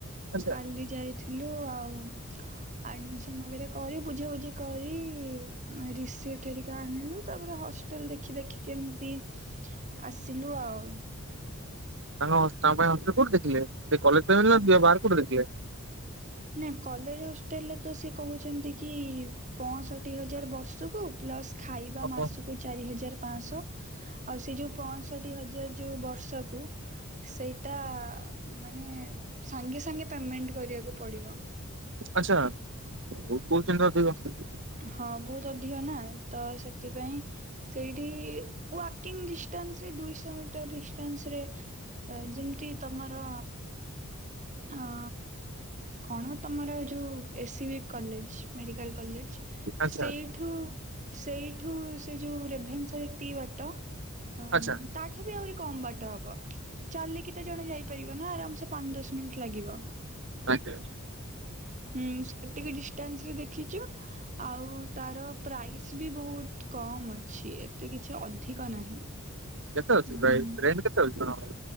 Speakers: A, on the right; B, on the right.
A: ଆଚ୍ଛା
B: କାଲି ଯାଇଥିଲୁ ଆଉ ଆଡମିସନ ବଗେରା କରି ବୁଝା ବୁଝି କରି ରିସିପ୍ଟି ହେରିକା ଆଣିଲୁ ତାପରେ ହସ୍ ଟେଲ ଦେଖି ଦେଖିକି ଏମିତି ଆସିଲୁ ଆଉ।
A: ତାଙ୍କ ହ ତାଙ୍କ ପାଇଁ ହଷ୍ଟେଲ କୋଉଠି ଦେଖିଲେ ସେ କଲେଜ ଟାଇମ୍ ରେ ନା ବାହାର କୋଉଠି ଦେଖିଲେ?
B: ନା କଲେଜ ହଷ୍ଟେଲରେ ତ ସିଏ କହୁଛନ୍ତି କି? ପଅଷଠି ହଜାର ବର୍ଷକୁ ପ୍ଲସ୍ ଖାଇବା
A: ଓହୋ
B: ମାସକୁ ଚାରି ହଜାର ପାଶ ଆଉ ସେ ଯୋଉ ପଅଷଠି ହଜାର ଯୋଉ ବର୍ଷକୁ ସେଇଟା ମାନେ ସାଙ୍ଗେ ସାଙ୍ଗେ ପେମେଣ୍ଟ କରିବାକୁ ପଡିବ।
A: ଆଛା ବହୁତ୍ କହୁଛନ୍ତି ଅଧିକ।
B: ହଁ ବହୁତ ଅଧିକ ନା ତ ସେଥିପାଇଁ ସେଇଠି ୱାକିଂ ଡିଷ୍ଟାନ୍ସରେ ଦୁଇଶହ ମିଟର ଡିଷ୍ଟାନ୍ସ ରେ ଯେମିତି ତମର ଅ କଣ ତମର ଯୋଉ ଏ ସିବ କଲେଜ ମେଡିକାଲ କଲେଜ।
A: ଆଚ୍ଛା
B: ସେଇଠୁ ସେଇଠୁ ସେ ଯୋଉ ରେଭେନ୍ସା ଯେତିକି ବାଟ ହଁ
A: ଆଚ୍ଛା
B: ତାଠୁ ବି ଆହୁରି କମ ବାଟ ହବ। ଚାଲିକି ବି ତ ଜଣେ ଯାଇପାରିବ ନା ଆରାମ ସେ ପାଞ୍ଚ ଦଶ ମିନିଟ ଲାଗିବ।
A: ଆଜ୍ଞା।
B: ହୁଁ ସେତିକି ଡିଷ୍ଟାନ୍ସରେ ଦେଖିଚୁ। ଆଉ ତାର ପ୍ରାଇସ୍ ବି ବହୁତ କମ୍ ଅଛି ଏତେ କିଛି ଅଧିକ ନାହିଁ।
A: କେତେ ଅଛି
B: ଉଁ
A: ପ୍ରାଇସି ରେଣ୍ଟ କେତେ ଅଛି।